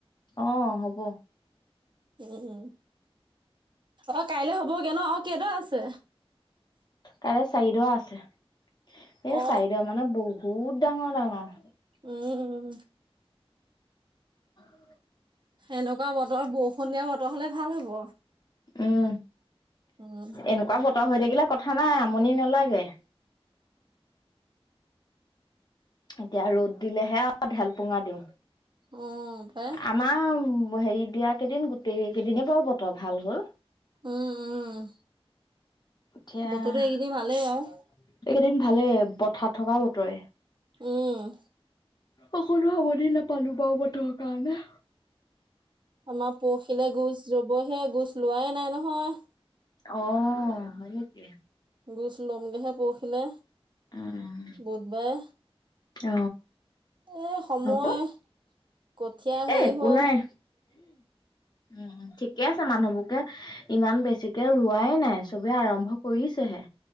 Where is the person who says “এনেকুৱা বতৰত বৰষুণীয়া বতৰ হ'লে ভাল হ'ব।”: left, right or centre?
Right